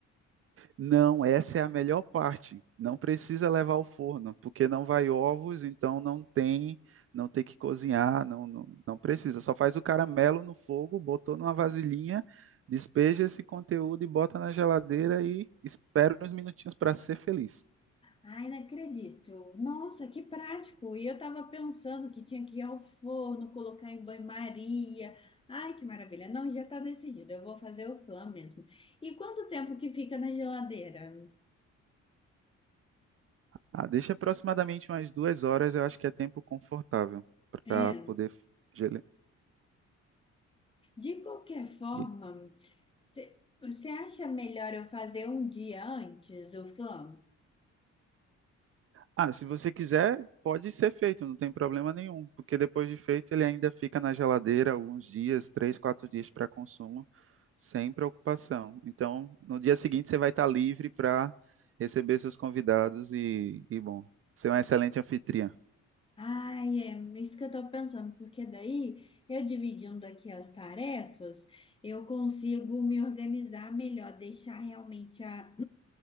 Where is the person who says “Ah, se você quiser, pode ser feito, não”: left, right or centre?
Right